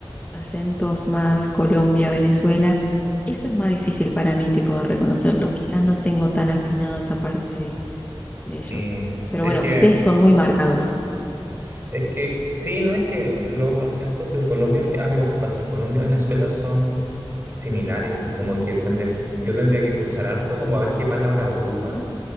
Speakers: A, on the left; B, on the right.
A: acentos más Colombia, Venezuela, eso es más difícil para mí tipo de reconocerlo. Quizás no tengo tan afinado esa parte de, de ellos.
B: Sí,
A: Pero
B: sí,
A: bueno,
B: es que
A: ustedes son muy marcados.
B: S- Es que sí, no es que los acentos de Colombia, a mí igual me pasa, Colombia y Venezuela son similares y como que tendrías que, yo tendría que escuchar harto como a ver qué palabras ocupan,